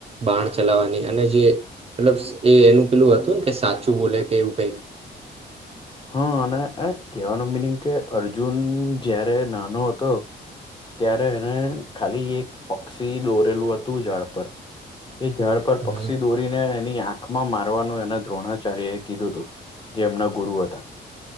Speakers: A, on the right; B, on the left.
A: બાણ ચલાવવાની અને જે મતલબ એ એનું પેલું હતું ને કે સાચું બોલે કે એવું કઈક
B: હ અને <unintelligible> કેવાનો મિનિંગ કે અર્જુન જયારે નાનો હતો. ત્યારે એને ખાલી એક પક્ષી દોરેલું હતું ઝાડ પર એ ઝાડ પર પક્ષી
A: હમ
B: દોરીને એની આંખમાં મારવાનું એને દ્રોણાચાર્ય એ કીધું તું જે એમના ગુરુ હતા